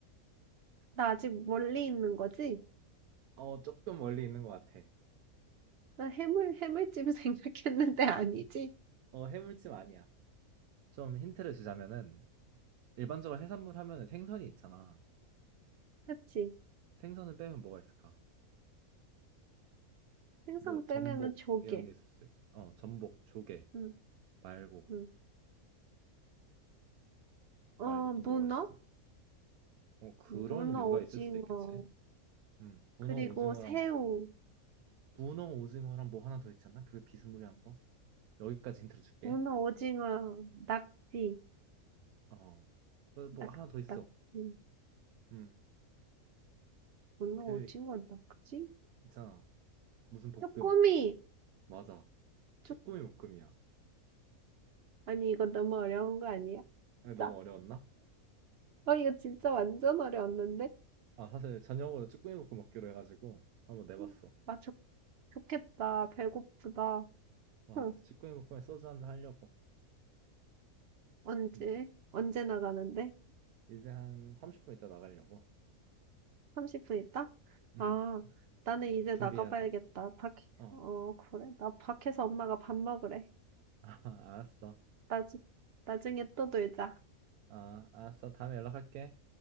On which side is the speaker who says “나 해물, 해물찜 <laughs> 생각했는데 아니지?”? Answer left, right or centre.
Right